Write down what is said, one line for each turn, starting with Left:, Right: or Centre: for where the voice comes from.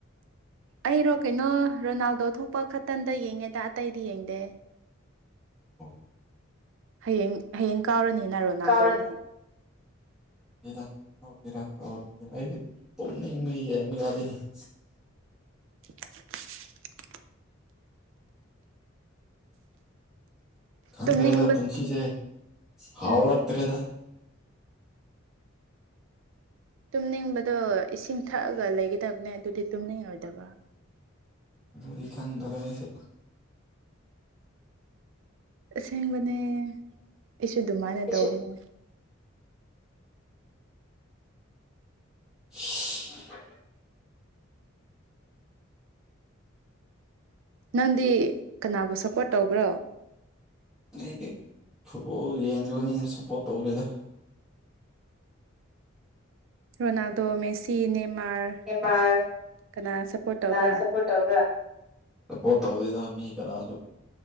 Right: ꯑꯩꯔꯣ ꯀꯩꯅꯣ ꯔꯣꯅꯥꯜꯗꯣ ꯊꯣꯛꯄ ꯈꯛꯇꯟꯗ ꯌꯦꯡꯉꯦꯗ ꯑꯇꯩꯗꯤ ꯌꯦꯡꯗꯦ
Centre: ꯑꯣ
Right: ꯍꯌꯦꯡ ꯍꯌꯦꯡ ꯀꯥꯎꯔꯅꯤꯅ ꯔꯣꯅꯥꯜꯗꯣ
Centre: ꯀꯥꯎꯔꯅꯤ
Right: ꯑꯃꯨꯛ
Centre: ꯗ ꯀꯧꯒꯦꯔ ꯀꯔꯒꯦꯔ ꯑꯩꯗꯤ ꯇꯨꯝꯅꯤꯡꯕ ꯌꯦꯡ ꯌꯥꯗꯣꯏꯅꯤ <inaudible>
Right: <inaudible>
Centre: ꯈꯪꯗ꯭ꯔꯦꯗ
Right: ꯇꯨꯝꯅꯤꯡꯕ
Centre: ꯄꯨꯟꯁꯤꯁꯦ ꯍꯥꯎ
Right: ꯎꯝ
Centre: ꯔꯛꯇ꯭ꯔꯦꯗ
Right: ꯇꯨꯝꯅꯤꯡꯕꯗꯣ ꯏꯁꯤꯡ ꯊꯛꯑꯒ ꯂꯩꯒꯗꯕꯅꯦ ꯑꯗꯨꯗꯤ ꯇꯨꯝꯅꯤꯡꯉꯣꯏꯗꯕ
Centre: ꯑꯗꯨꯗꯤ ꯈꯪꯗꯔꯦ ꯑꯩꯁꯨ
Right: ꯑꯁꯦꯡꯕꯅꯦ ꯑꯩꯁꯨ ꯑꯗꯨꯃꯥꯏꯅ
Centre: ꯑꯩꯁꯨ
Right: ꯇꯧꯕꯅꯦ
Centre: <inaudible>
Right: ꯅꯪꯗꯤ ꯀꯅꯥꯕꯨ ꯁꯞꯄꯣꯔꯠ ꯇꯧꯕ꯭ꯔꯣ
Centre: ꯑꯗꯤ ꯐꯨꯠꯕꯣꯜ ꯌꯦꯡꯗꯕꯅꯤꯅ ꯁꯞꯄꯣꯔꯠ ꯇꯧꯗꯦꯗ
Right: ꯔꯣꯅꯥꯜꯗꯣ ꯃꯦꯁꯤ ꯅꯦꯃꯥꯔ
Centre: ꯅꯦꯃꯥꯔ
Right: ꯀꯅꯥ ꯁꯞꯄꯣꯔꯠ
Centre: ꯀꯟꯅꯗ
Right: ꯇꯧꯕ꯭ꯔꯥ
Centre: ꯁꯄꯣꯔꯠ ꯇꯧꯕ꯭ꯔꯥ ꯁꯄꯣꯔꯠ ꯇꯧꯗꯦꯗ ꯃꯤ ꯀꯟꯅꯁꯨ